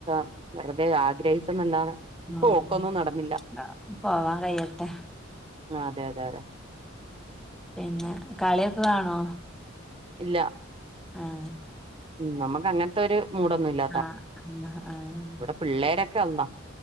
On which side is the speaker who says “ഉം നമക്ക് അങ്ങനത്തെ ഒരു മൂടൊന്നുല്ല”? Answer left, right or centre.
Right